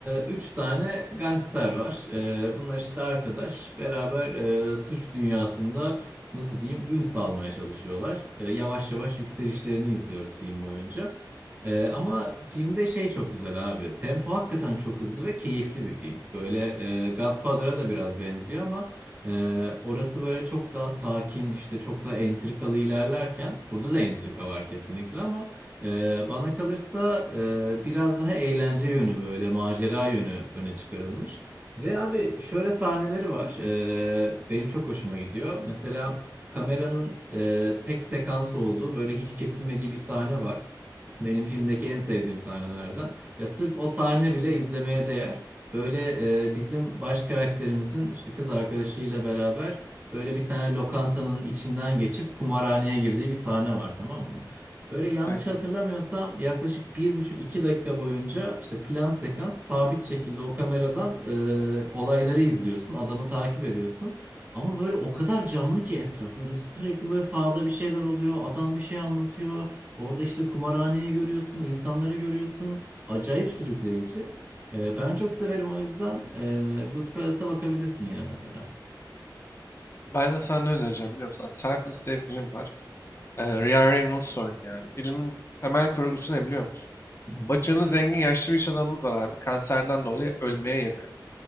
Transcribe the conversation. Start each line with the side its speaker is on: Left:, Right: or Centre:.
Right: e, üç tane gangster var. Ee, bunlar işte arkadaş. Beraber e, suç dünyasında nasıl diyeyim ün salmaya çalışıyorlar. E, yavaş yavaş yükselişlerini izliyoruz film boyunca. E, ama filmde şey çok güzel abi. Tempo hakikaten çok hızlı ve keyifli bir film. Böyle e, Godfather'a da biraz benziyor ama e, orası böyle çok daha sakin işte çok da entrikalı ilerlerken burada da entrika var kesinlikle ama e, bana kalırsa e, biraz daha eğlence yönü böyle macera yönü öne çıkarılmış. Ve abi şöyle sahneleri var. Ee, benim çok hoşuma gidiyor. Mesela Kameranın e, tek sekans olduğu böyle hiç kesilmediği bir sahne var. Benim filmdeki en sevdiğim sahnelerden. Ya sırf o sahne bile izlemeye değer. Böyle e, bizim baş karakterimizin işte kız arkadaşıyla beraber böyle bir tane lokantanın içinden geçip kumarhaneye girdiği bir sahne var tamam mı? Böyle yanlış
Left: Aynen.
Right: hatırlamıyorsam yaklaşık bir buçuk iki dakika boyunca işte plan sekans sabit şekilde o kameradan e, olayları izliyorsun, adamı takip ediyorsun. Ama böyle o kadar canlı ki etraf. Böyle sürekli böyle sahada bir şeyler oluyor. Adam bir şey anlatıyor. Orada işte kumarhaneyi görüyorsun. insanları görüyorsun. Acayip sürükleyici. Ee, ben çok severim o yüzden. Ee, Goodfellas'a bakabilirsin yine mesela.
Left: Ben de sana ne önereceğim biliyor musun? Selfless diye bir film var. Ee, Ryan Reynolds oynuyor abi. Filmin temel kurgusu ne biliyor musun?
Right: Hı hı.
Left: Başarılı, zengin, yaşlı bir iş adamımız var abi. Kanserden dolayı ölmeye yakın.